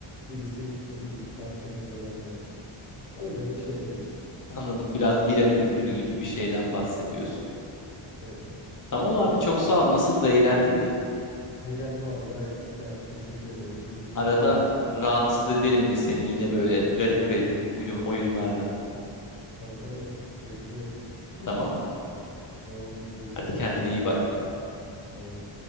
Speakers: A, on the left; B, on the left.
A: Birisi ne bileyim başka meyvelerle. Öyle öyle şeyler işte.
B: Anladım. Biraz bira kültürü gibi bir şeyden bahsediyorsun.
A: Evet. Evet.
B: Tamam abi çok sağ ol. Nasıl da eğlendin mi?
A: Eğlendim abi gayet güzel. Teşekkür ederim. Gürümü şenlendirdim.
B: Arada rahatsız ederim y- seni yine böyle garip garip uyu- oyunlarla.
A: Tabii tabii. Bekliyorum. <laughs>
B: Tamam.
A: Tamamdır. Görüşürüz.
B: Hadi kendine iyi bak.
A: Bay bay.